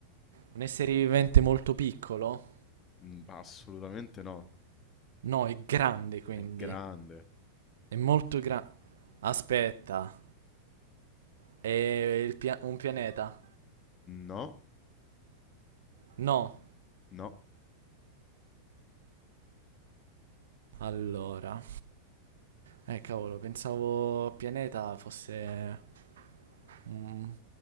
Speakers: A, on the right; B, on the left.
A: un essere vivente molto piccolo?
B: Mm, assolutamente no.
A: No, è grande quindi.
B: È grande.
A: È molto grande. Aspetta, è il pia- un pianeta?
B: No,
A: No.
B: no,
A: Allora, eh cavolo, pensavo pianeta fosse un-